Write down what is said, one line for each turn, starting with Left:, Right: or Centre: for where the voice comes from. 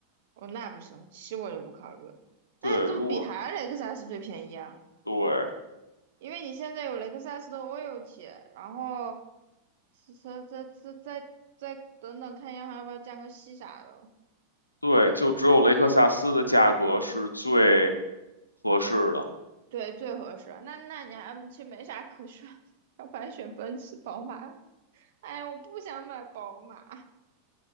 Right: 哦，那不行，七我就不考虑了。那你怎么比还是雷克萨斯最便宜啊？
Left: 对，如果对
Right: 因为你现在有雷克萨斯的 o i l t 然后再再再再再等等看一下，还要不要降个息啥的？
Left: 对，就只有雷克萨斯的价格是最合适的。
Right: 对，最合适。那那你还其实没啥可选的，<laughs> 要不然选奔驰、宝马。哎，呀，我不想买宝马。